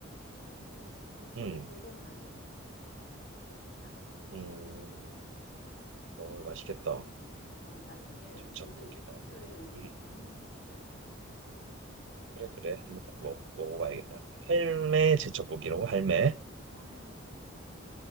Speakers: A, on the left; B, on the right.
A: 그래서 제첩국 제첩이
B: 음, 음,
A: 제법 많이 들어 있어. 그래서 맛있었어.
B: 음. 어, 맛있겠다.
A: 어, 나중에
B: 제첩국이다.
A: 여기 근처에 올 일
B: 음,
A: 있으면 한번 먹어봐. 괜찮아.
B: 그래, 그래. 한번
A: 어,
B: 먹,
A: 어,
B: 먹어봐야겠다.
A: 어,
B: 할매
A: 어,
B: 제첩국이라고, 할매.
A: 어, 할매 제쳤고.